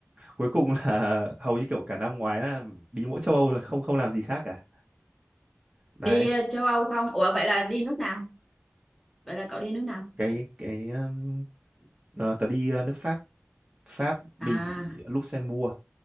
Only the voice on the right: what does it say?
cuối cùng là hầu như kiểu cả năm ngoái là đi mỗi châu Âu rồi không không làm gì khác cả đấy
cái cái um, ờ, tớ đi ờ, nước Pháp Pháp Bỉ
Luxembourg